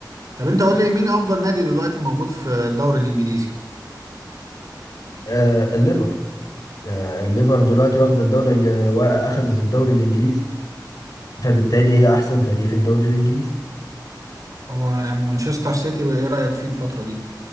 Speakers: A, on the right; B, on the left.
A: طب أنت قول لي مين أفضل نادي دلوقتي موجود في الدوري الإنجليزي؟
B: آه الليفر آه الليفر دلوقتي واخد الدوري ال- وا- اخدت الدوري الانجليزي فبالتالي هي احسن فريق في الدوري الانجليزي
A: هو يعني مانشستر سيتي ايه رأيك فيه الفترة دي؟